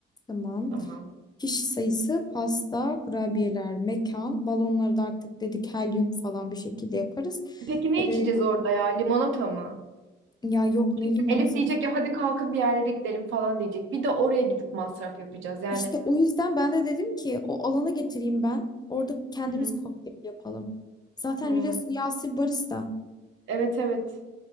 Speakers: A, on the left; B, on the right.
A: Tamam.
B: Tamam.
A: Kişi sayısı, pasta, kurabiyeler, mekan, balonları da artık dedik helyum falan bir şekilde yaparız.
B: Peki ne
A: Ee,
B: içeceğiz orada ya? Limonata mı?
A: ya yok ne
B: Kesin
A: limonata.
B: Elif diyecek ya hadi kalkın bir yerlere gidelim falan diyecek. Bir de oraya gidip masraf yapacağız. Yani
A: İşte o yüzden ben de dedim ki o alana getireyim ben. Orada kendimiz
B: Hı hı.
A: kokteyl yapalım. Zaten
B: Hı.
A: biliyorsun Yasir barista.
B: Evet evet.